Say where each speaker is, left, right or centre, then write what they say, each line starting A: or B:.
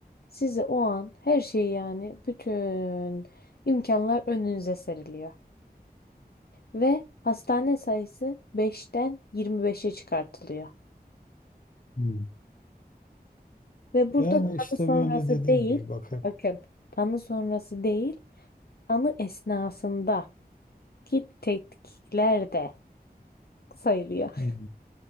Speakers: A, on the left (about 70°); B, on the left (about 55°).
A: Size o an her şeyi yani bütün imkanlar önünüze seriliyor. Ve hastane sayısı beşten yirmi beşe çıkartılıyor.
B: Hmm.
A: Ve burada
B: Yani
A: tanı
B: işte
A: sonrası
B: böyle dediğim
A: değil,
B: gibi bak hep.
A: bakın tanı sonrası değil, tanı esnasında. ki tetkikler de sayılıyor. <laughs>
B: Hı